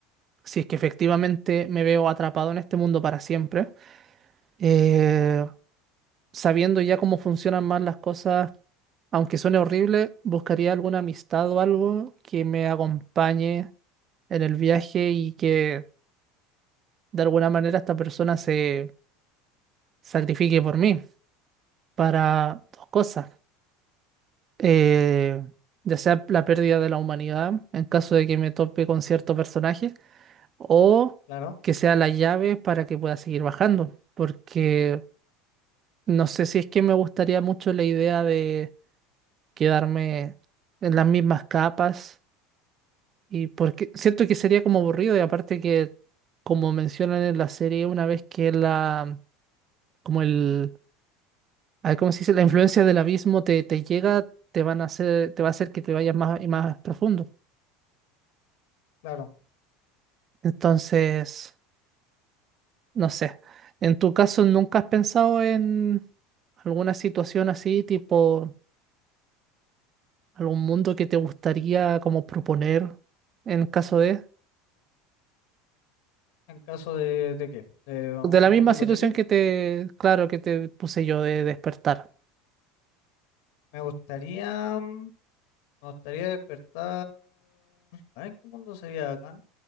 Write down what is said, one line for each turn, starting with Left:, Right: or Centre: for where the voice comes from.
Right: Si es que efectivamente me veo atrapado en este mundo para siempre, Eh, sabiendo ya cómo funcionan más las cosas, aunque suene horrible, buscaría alguna amistad o algo que me acompañe en el viaje y que de alguna manera esta persona se sacrifique por mí para dos cosas. Eh, ya sea la pérdida de la humanidad en caso de que me tope con cierto personaje o
Left: Claro,
Right: que sea la llave para que pueda seguir bajando. Porque no sé si es que me gustaría mucho la idea de quedarme en las mismas capas y porque siento que sería como aburrido y aparte que como mencionan en la serie una vez que la como el a ver cómo se dice, la influencia del abismo te, te llega, te van a hacer, te va a hacer que te vayas más y más profundo.
Left: claro.
Right: Entonces, no sé. En tu caso, ¿nunca has pensado en alguna situación así, tipo algún mundo que te gustaría como proponer en caso de
Left: En caso de, de qué? De un
Right: de la misma
Left: mundo hipotético.
Right: situación que te, claro, que te puse yo de despertar?
Left: Me gustaría, mm, me gustaría despertar. ¿A ver, ¿En qué mundo sería acá?